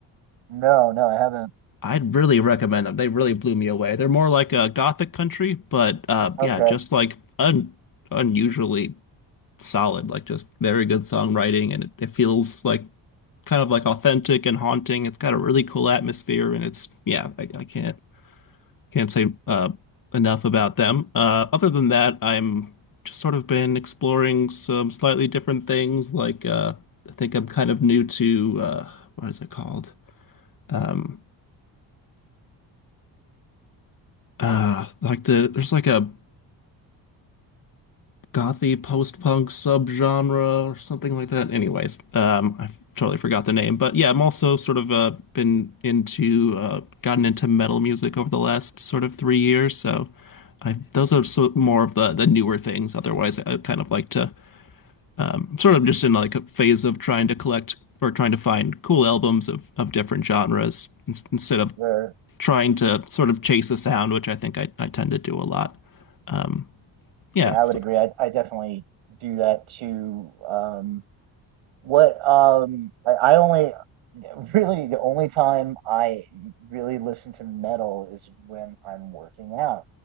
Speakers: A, on the right (about 85°); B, on the left (about 45°).
A: No, no, I haven't.
B: I'd really recommend them. They really blew me away. They're more like a gothic country, but uh,
A: Okay.
B: yeah, just like un unusually solid, like just very good songwriting, and it, it feels like kind of like authentic and haunting. It's got a really cool atmosphere, and it's yeah, I, I can't can't say uh, enough about them. Uh, other than that, I'm just sort of been exploring some slightly different things. Like uh, I think I'm kind of new to uh, what is it called? Um, uh, like the there's like a gothy post-punk subgenre or something like that. Anyways, um, I totally forgot the name, but yeah, I'm also sort of uh, been into uh, gotten into metal music over the last sort of three years. So I those are so more of the the newer things. Otherwise, I kind of like to um, I'm sort of just in like a phase of trying to collect or trying to find cool albums of of different genres instead of
A: Where
B: trying to sort of chase a sound, which I think I, I tend to do a lot. Um, yeah,
A: yeah, I
B: so
A: would agree. I I definitely do that too. Um, What um I, I only really the only time I really listen to metal is when I'm working out.